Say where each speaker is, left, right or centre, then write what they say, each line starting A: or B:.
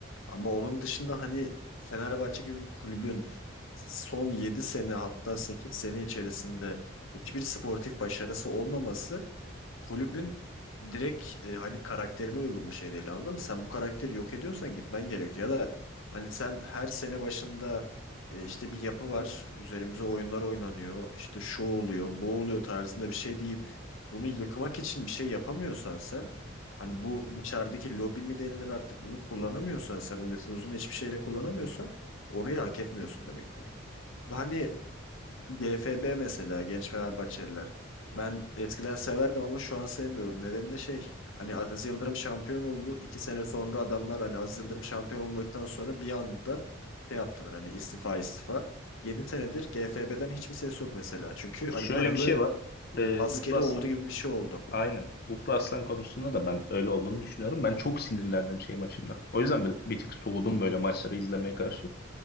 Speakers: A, on the left; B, on the left.
A: Ama onun dışında hani Fenerbahçe gibi bir kulübün son yedi sene hatta 8 sene içerisinde hiçbir sportif başarısı olmaması kulübün direkt e, hani karakterine uygun bir şey değil anladın mı? Sen bu karakteri yok ediyorsan gitmen gerekiyor ya da hani sen her sene başında e, işte bir yapı var üzerimize oyunlar oynanıyor işte şu oluyor bu oluyor tarzında bir şey deyip bunu yıkmak için bir şey yapamıyorsan sen hani bu dışarıdaki lobi mi denilir artık bunu kullanamıyorsan sen o nüfuzunu hiçbir şeyle kullanamıyorsan orayı hak etmiyorsun demektir. Hani GFB mesela Genç Fenerbahçeliler. Ben eskiden severdim ama şu an sevmiyorum. Nedeni de şey hani Aziz Yıldırım şampiyon oldu. İki sene sonra adamlar hani Aziz Yıldırım şampiyon olduktan sonra bir anda şey yaptılar hani istifa istifa. 7 senedir GFB'den hiçbir ses yok mesela. Çünkü
B: Şöyle
A: hani paralı
B: bir şey var. E,
A: askeri
B: Ultra
A: oldu gibi bir şey oldu.
B: Aynen. Ultra Aslan konusunda da ben öyle olduğunu düşünüyorum. Ben çok sinirlendim şey maçında. O yüzden bir, bir tık soğudum böyle maçları izlemeye karşı.